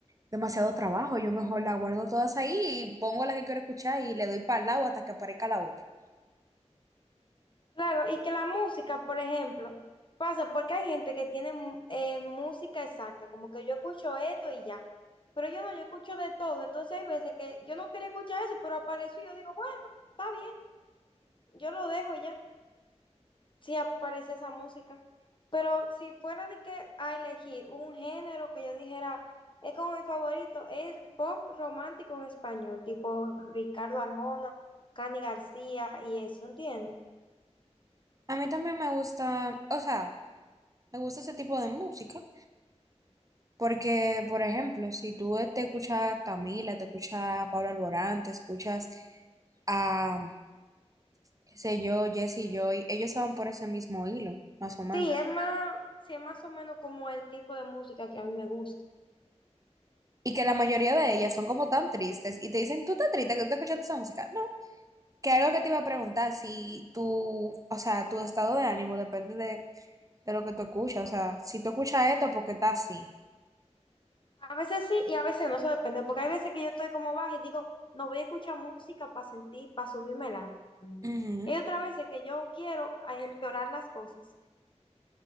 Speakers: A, on the right; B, on the left.
A: demasiado trabajo. Yo mejor la guardo todas ahí y pongo la que quiero escuchar y le doy para el lado hasta que aparezca la otra.
B: Claro, y que la música, por ejemplo, pasa porque hay gente que tiene mu- eh, música exacta, como que yo escucho esto y ya. Pero yo no, yo escucho de todo. Entonces hay veces que yo no quería escuchar eso, pero apareció y yo digo, bueno, está bien, yo lo dejo ya. sí aparece esa música. Pero si fuera de que a elegir un género que yo dijera es como mi favorito, es el pop romántico en español, tipo Ricardo Arjona, Cani García y eso, ¿entiendes?
A: A mí también me gusta, o sea. Me gusta ese tipo de música, porque, por ejemplo, si tú te escuchas a Camila, te escuchas a Pablo Alborán, te escuchas a, qué sé yo, Jesse Joy, ellos van por ese mismo hilo, más o menos.
B: Sí, es más, sí, es más o menos como el tipo de música que a mí me gusta.
A: Y que la mayoría de ellas son como tan tristes y te dicen, ¿tú estás triste que tú estás escuchando esa música? No, que algo que te iba a preguntar, si tú, o sea, tu estado de ánimo depende de, de lo que tú escuchas, o sea, si tú escuchas esto porque estás así.
B: A veces sí y a veces no, eso depende, porque hay veces que yo estoy como baja y digo, no voy a escuchar música para sentir, para subirme el ánimo.
A: Ujú.
B: Y hay otras veces que yo quiero eh, empeorar las cosas.